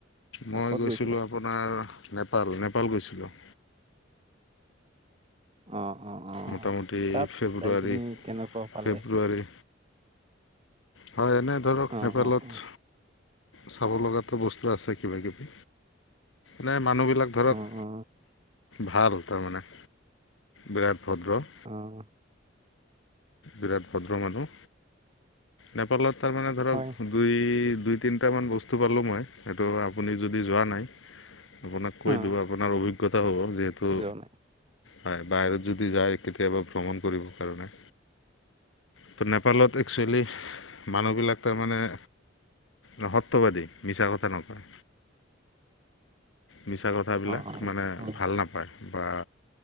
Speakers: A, on the left; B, on the right.
A: মই
B: অ', ক'ত
A: গৈছিলোঁ
B: গৈছিলে
A: আপোনাৰ নেপাল নেপাল গৈছিলোঁ
B: অ অ অ
A: মোটামুটি
B: তাত
A: ফেব্ৰুৱাৰী
B: যাইখিনি
A: ফেব্ৰুৱাৰী
B: কেনেকুৱা পালে
A: হয় এনে ধৰক
B: অ
A: নেপালত
B: অ অ
A: চাব লগাটো বস্তু আছে কিবাকিবি নাই মানুহবিলাক ধৰক
B: অ অ
A: ভাল তাৰমানে বিৰাট ভদ্ৰ
B: অ
A: বিৰাট ভদ্ৰ মানুহ নেপালত তাৰমানে ধৰক
B: হয়
A: দুই দুই তিনটামান বস্তু পালোঁ মই সেইটো আপুনি যদি যোৱা নাই আপোনাক কৈ
B: অ
A: দূ আপোনাৰ অভিজ্ঞতা হ'ব, যিহেতু
B: যোৱা নাই
A: হয় বাহিৰত যদি যায়, কেতিয়াবা ভ্ৰমণ কৰিবৰ কাৰণে। ত নেপালত একচুৱেলি, মানুহবিলাক তাৰমানে মহত্ববাদী মিছা কথা নকয়, মিছা কত থাবিলাক
B: অ অ
A: মানে
B: অ
A: ভাল নাপায়, বা